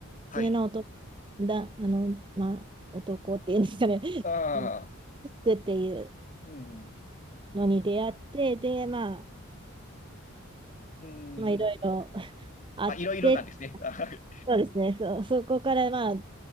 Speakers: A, on the left; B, on the right.
A: はい。
B: 狐の男だ、あの、まあ、男っていうんですかね、
A: ああ、
B: <laughs> ニックっていう
A: うん。
B: のに出会って、で、まあ、
A: うん。
B: まあ、いろいろあって、
A: まあ、いろいろなんですね。はい
B: そうですね、そう、そこから、まあ、